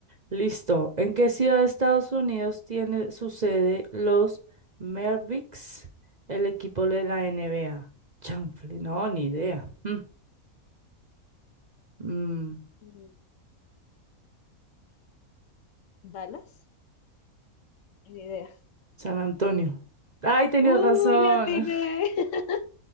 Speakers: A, on the right; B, on the left.
A: Listo. ¿En qué ciudad de Estados Unidos tiene su sede los Mavericks, el equipo de la NBA? Chanfle, no, ni idea. Mm. Mm.
B: Mm, ¿Dallas? Ni idea.
A: San Antonio. Ay, tenías
B: ¡Uy,
A: razón.
B: le atiné! <laughs>